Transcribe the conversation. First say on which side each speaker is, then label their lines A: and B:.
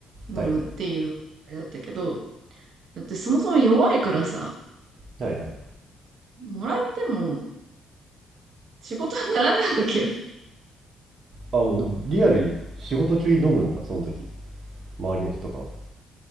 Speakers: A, on the right (about 65°); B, on the right (about 45°).
A: 飲むっていう、
B: はいはい。
A: あれだったけど、だってそもそも弱いからさ、
B: はいはい。
A: もらっても仕事にならないわけよ。
B: ああ、もうでもリアルに仕事中に飲むんだ、その時。周りの人とかは。い